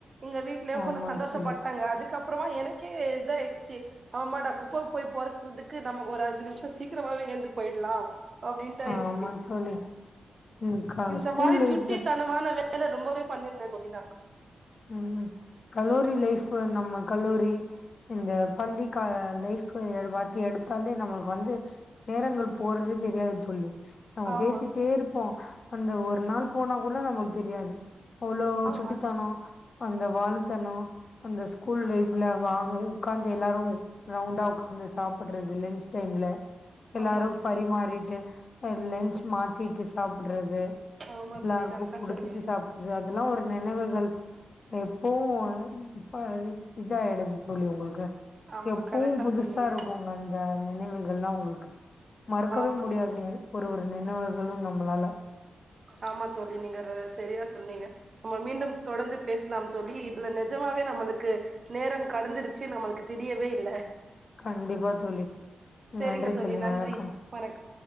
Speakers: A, on the right; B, on the left.
A: எங்க வீட்லயோ கொஞ்சோ
B: ஆமா
A: சந்தோஷப்பட்டாங்க
B: தோழி
A: அதுக்கப் அப்புறமா எனக்கே இத ஆயிடுச்சு அ <unintelligible> குப்பைக்கு போய போறதுக்கு நமக்கு ஒரு அஞ்சு நிமிஷோ சீக்கிரமாகவே ஏந்து போயடு லா அப்டின்ட்டு ஆயடுச்சு
B: ஆமா தோழி ம் க
A: இந்த
B: ஸ்கூல்
A: மாரி
B: லைஃப்
A: சுட்டித்தனமான வே ல ரொம்பவே பண்ணிருந்தே தொழினா
B: உ கலோரி லைஃப் நம்ம கலோரி இந்த பள்ளிகா லைஃப் பத்தி எடுத்தாலே நம்மளுக்கு வந்து நேரங்கள் போறதே தெரியாது தோல்லி நம்ம
A: ஆமா
B: பேசிட்டே இருப்போ அந்த ஒரு நாள் போனா கூட நம்மளுக்கு தெரியாது அவ்ளோ
A: ஆமா
B: சுட்டித்தனோ அந்த வாழத்தனோ அந்த ஸ்கூல் லைஃப்ல வாங்க உக்காந்து எல்லாரு ரவுண்டா உகார்ந்து சாப்பிடுறது லன்ச் டைம்ல எல்லாரு
A: ஆமா தோழி
B: பரிமாறிட்டு லன்ச் மாத்திட்டு சாப் ட்றது
A: ஆமா
B: எல்லாருக்கு
A: தோழி கரெக்டா
B: குடுத்துட்டு
A: சொன்னீங்க
B: சாப்பிடுறது அதெல்லா ஒரு நினவுகள் எப்போ இப்ப இதா ஆய்டுது தோலி உங்களுக்கு
A: ஆமா
B: எப்பவு
A: கரெக்டா
B: புதுசா
A: சொன்னீங்க
B: இருக்குங்க அந்த நினைவுகள்லா உங்களுக்கு மறுக்கவே
A: ஆமா
B: முடியாது
A: தோழி
B: ஒருஒரு நினைவுகளு நம்மளால
A: ஆமா தோல்லி நீங்க சரியா சொன்னீங்க நம்ம மீண்டு தொடர்ந்து பேசலா தோல்லி இதுல நிஜமாவே நம்மளுக்கு நேரம் கடந்துருச்சு நம்மளுக்கு தெரியவே இல்ல
B: கண்டிப்பா தோலி
A: சரிங்க
B: நன்றி
A: தோழி
B: தோலி
A: நன்றி
B: வணக்கம்
A: வணக்கம்